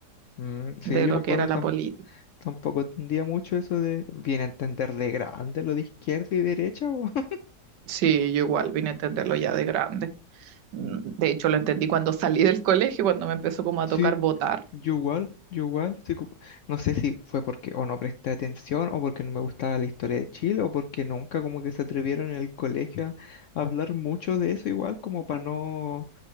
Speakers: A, on the left; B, on the right.
A: Mm, sí,
B: de
A: yo
B: lo
A: me acuerdo
B: que era
A: tam-
B: la política.
A: tampoco entendía mucho eso de... Viene a entender de grande lo de izquierda y derecha, weón. <laughs>
B: Sí, yo igual vine a entenderlo ya de grande. Mm, De hecho, lo entendí cuando salí del colegio, cuando me empezó como a
A: Sí,
B: tocar votar
A: yo igual, yo igual. sí, como- no sé si fue porque o no presté atención o porque no me gustaba la historia de Chile o porque nunca como que se atrevieron en el colegio a a hablar mucho de eso igual como para no